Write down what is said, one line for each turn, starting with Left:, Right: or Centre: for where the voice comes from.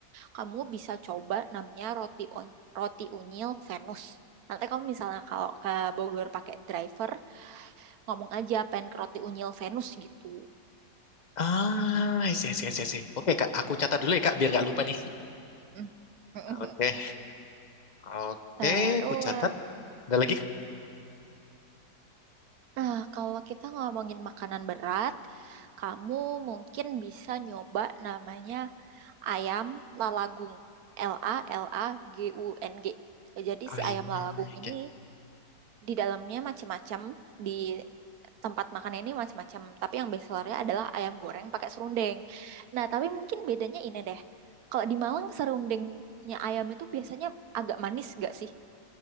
Right: Kamu bisa coba namanya roti on- roti unyil Venus. Nanti kamu misalnya kalau ke Bogor pakai driver, ngomong aja pengen ke roti unyil Venus gitu.
Left: Ah, isi, isi, isi, isi. Oke, Kak. Aku catat dulu ya, Kak, biar nggak lupa nih.
Right: Mm. <laughs>
Left: Oke. Oke,
Right: Terus,
Left: aku catat. Ada lagi, Kak?
Right: nah kalau kita ngomongin makanan berat, kamu mungkin bisa nyoba namanya ayam lalagung. L A L A G U N G. Jadi
Left: Airnya.
Right: si ayam lalagung
Left: Oke.
Right: ini di dalamnya macam-macam di tempat makan ini macam-macam. Tapi yang best sellernya adalah ayam goreng pakai serundeng. Nah, tapi mungkin bedanya ini deh. Kalau di Malang serundengnya ayam itu biasanya agak manis gak sih?